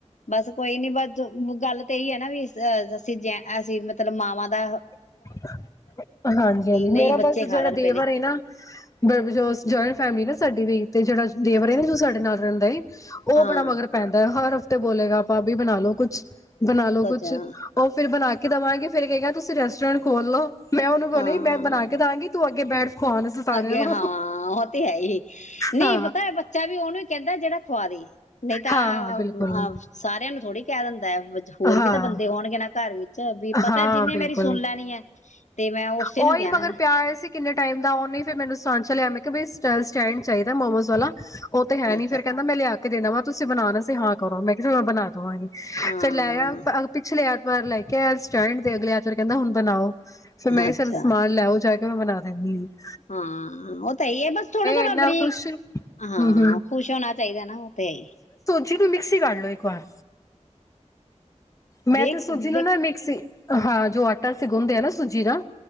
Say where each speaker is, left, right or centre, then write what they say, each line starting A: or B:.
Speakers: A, on the left; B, on the left.
A: ਬਸ ਕੋਈ ਨੀ ਬਸ ਗੱਲ <unintelligible> ਨਾ ਵੀ ਅਹ ਅਸੀਂ ਜ ਅਸੀਂ ਮਤਲਬ ਮ <unintelligible> ਆਦਾ
B: <unintelligible> ਹਾਂਜੀ ਹਾਂਜੀ
A: ਨਹੀਂ
B: ਮੇਰਾ
A: ਬੱਚੇ
B: ਬਸ
A: ਖਾ
B: ਜਿਹੜਾ
A: ਲੈਣ
B: ਦੇਵਰ
A: ਪਹਿਲੇ
B: ਹੈ ਨਾ ਬ ਜਇੰਟ ਫੈਮਿਲੀ ਨਾ ਸਾਡੀ ਵੀ <unintelligible> ਤੇ ਜਿਹੜਾ ਦੇਵਰੇ
A: ਅੱਛ
B: ਨਾ ਸਾਡੇ ਨਾਲ <unintelligible> ਰਿੰ <unintelligible> ਉਹ
A: ਹਾਂ
B: ਬੜਾ ਮਗਰ ਪੈਂਦਾ ਹਰ ਤੇ ਬੋਲੇਗਾ ਆਪਾਂਭ ਵੀ ਬਣਾ ਲੋ ਕੁੱਛ ਬਣਾ ਲਓ
A: ਕੁਝ
B: ਕੁੱਛ
A: ਹਾਂ
B: ਉਹ ਫਿਰ ਬਣਾ ਕੇ ਦੇਵਾਂਗੇ ਫੇਿਰ ਕਹਿ ਗਿਆ ਤੁਸੀਂ <inaudible> ਰੈਸਟ <inaudible> ਸਸਟਰੈਂਟੋਲ੍ਹੋ ਮੈਂ ਉਹਨੂੰ
A: ਹਾਂ
B: ਨੀ ਮੈਂ ਬਣਾ ਕੇ ਦਵਾਂਗੀ ਤੂੰ ਅੱਗੇ <inaudible> ਬੈਠ ਖਵਾਣ ਅਸੀਂ ਸਾਰਿਆਂ
A: ਅੱਗੇ
B: ਨੂੰ
A: ਹਾਂ ਉਹ ਤੇ ਹੈ ਨਹੀਂ
B: ਹਾਂ
A: ਪਤਾ ਬੱਚਾ ਵੀ ਉਹਨੇ ਕਹਿੰਦਾ ਜਿਹੜਾ ਖਵਾ ਦੇ ਨਹੀਂ ਤਾਂ
B: ਹਾਂ ਹਾਂ ਬਿਲਕੁਲ
A: ਸਾਰਿਆਂ ਨੂੰ ਥੋੜੀ <unintelligible> ਦਾ ਹੋਰ
B: ਹਾਂ
A: ਵੀ ਤਾਂ ਬੰਦੇ ਹੋਣਗੇ ਨਾ ਘਰ ਵਿੱਚ ਵੀ ਪਤਾ
B: ਹਾਂ
A: ਜਿੰਹਨੇ
B: ਬਿਲਕੁਲ
A: ਮੇਰੀ ਸੁਣ ਲੈਣੀ ਹੈ ਤੇ ਮੈਂ ਉਸੇ
B: ਉਹੀ
A: ਨੂੰ ਕਹਿਣਾ
B: ਮਗਰ
A: ਨਾ
B: ਪਿਆ ਹੋਇਆ ਸੀ ਕਿੰਨੇ ਟਾਈਮ ਦਾ ਉਹਨੇ ਫਿਰ ਮੈਨੂੰ ਸਚ ਲਿਆ ਮੈਂ ਕਿਹਾ ਬ ਸਟੈਂਡ ਚਾਹੀਦਾ ਮੋਮੋਜ਼ ਵਾਲਾ ਉਹ ਤੇ ਹੈ ਨੀ
A: ਅੱਛਾ
B: ਫਿਰ ਕਹਿੰਦਾ ਮੈਂ ਲਿਆ ਕੇ ਦੇਣਾ ਵਾਂ ਤੁਸੀਂ ਬਣਾ ਸੀ ਹਾਂ ਕਰੋ ਮੈਂ ਕਿਹਾ ਬਣਾ ਦਵਾਂਗੀ
A: ਹਾਂ
B: ਤੇ ਲੈ ਆ ਪਿਛਲੇ ਪਰਾਰ ਲੈ ਕੇ ਆ ਸਟੈਂਡ ਦੇ ਅਗਲੇ ਆਤਾਰ ਕਹਿੰਦਾ ਹੁਣ ਬਣਾਓ ਫਿਰ ਮੈਂ
A: ਅੱਛਾ
B: ਸ ਸਮਾਨ ਲੈਓ ਜਾ ਕੇ ਬਣਾ ਦੇ ਨਿਊਜ਼
A: ਹਾਂ ਉਹ ਤਾਂ ਹੈ ਹੈ ਬਸ ਥੋੜਾ ਥੋੜਾ
B: ਇੰਨਾ
A: ਬਰੀਕ
B: ਖੁਸ਼ ਹੂੰ
A: ਹਾਂ
B: ਹੂੰ
A: ਖ਼ੁਸ਼ ਹੋਣਾ ਚਾਹੀਦਾ ਨਾ ਉਹ ਤੇ ਹੈ ਹੀ
B: ਚੀ ਤੂੰ ਮਿਕ੍ਸੀ ਕਢ ਲ ਇੱਕ ਵਾਰ ਮੈਂ
A: ਦੇਖ
B: ਤੇ ਸੂਜੀ ਨੂੰ
A: ਦੇਖ
B: ਨਾ ਮਿਕਸੀ ਹਾਂ ਜੋ ਆਟਾ ਸ ਗੋਂਦੇ ਆ ਨਾ ਸੂਜੀ ਨਾ